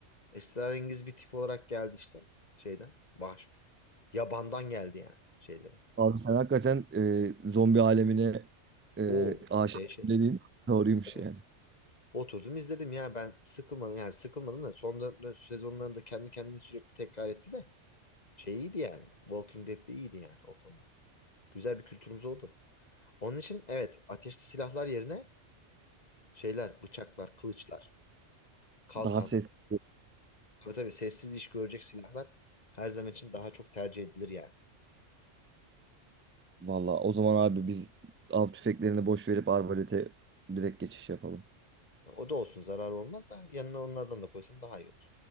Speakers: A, on the left (about 35°); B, on the right (about 20°).
A: Esrarengiz bir tip olarak geldi işte şeyden. Baş. Yabandan geldi yani şeyleri.
B: Abi sen hakikaten e, zombi alemine e,
A: Oo
B: aşık
A: dehşet.
B: dediğin doğruymuş
A: Tabii.
B: yani.
A: Oturdum izledim ya ben sıkılmadım yani sıkılmadım da son dö- sezonlarında kendi kendini sürekli tekrar etti de şey iyiydi yani. Walking Dead de iyiydi yani o konuda. Güzel bir kültürümüz oldu. Onun için evet ateşli silahlar yerine şeyler bıçaklar, kılıçlar, kalkan
B: Daha sesli.
A: Tabii tabii sessiz iş görecek silahlar her zaman için daha çok tercih edilir yani.
B: Valla o zaman abi biz av tüfeklerini boş verip arbalete direkt geçiş yapalım.
A: O da olsun zarar olmaz da yanına onlardan da koysan daha iyi olur.